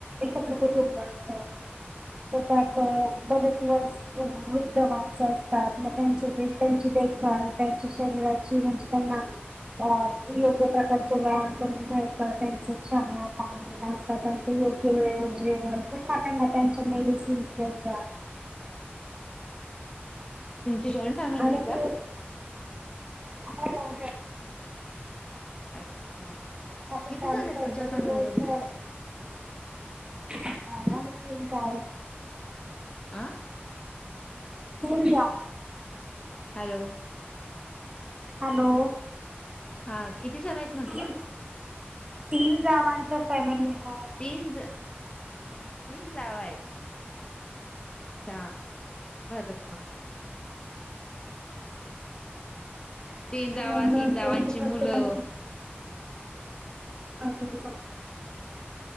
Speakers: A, on the right; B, on the left.
A: एकत्र कुटुंब असतं होता बरेच वस वृद्ध माणसं असतात म त्यां त्यांची देखभाल त्यांच्या शरीराची म्हणजे त्यांना अ योग्य प्रकारच व्यायाम करून घ्यायचां त्यांच क्षण पाणी नाचता त्यांचं योग्य व जेवण पुन्हा त्यांना त्यांच्या मेडिसन्स त्याच्या
B: तुमची जॉईंट फॅमिली
A: आणि
B: का?
A: ती हो हो
B: अच्छा
A: असं
B: किती
A: चालूच
B: जण आहेत
A: असत
B: तुमच्या फॅमिलीमध्ये?
A: की रोज भर का त जा
B: आं
A: हो जा
B: हॅलो
A: हॅलो
B: हा किती जण आहेत म्हटलं?
A: तीन तीन गावांच्या फॅमिली ह
B: तीन जा तीन जाव आहेत अच्छा बरच मोठी
A: च
B: तीन जावा तीन जावांची
A: म्हणजे प्रत्येकाने
B: मुलं
A: सां स